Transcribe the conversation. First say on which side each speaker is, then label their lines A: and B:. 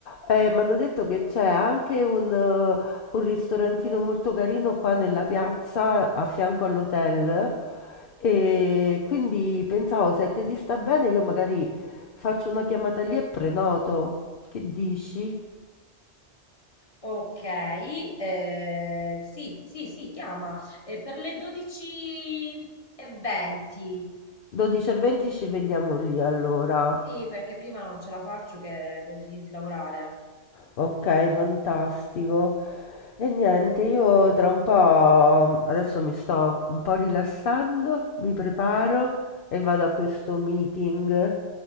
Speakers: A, on the left; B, on the left.
A: eh, mi hanno detto che c'è anche un, eh, un ristorantino molto carino qua nella piazza a fianco all'hotel e quindi
B: Oh,
A: pensavo se a te ti sta bene io magari faccio una chiamata lì e prenoto, che dici?
B: Ok, eh, sì, sì, sì, chiama. Eh, per le 12.20.
A: 12.20 ci vediamo lì
B: Eh,
A: allora.
B: Sì, perché prima non ce la faccio che devo finire di lavorare.
A: Ok, fantastico. E niente, io tra un po' adesso mi sto un po' rilassando, mi preparo
B: Ok.
A: e vado a questo meeting.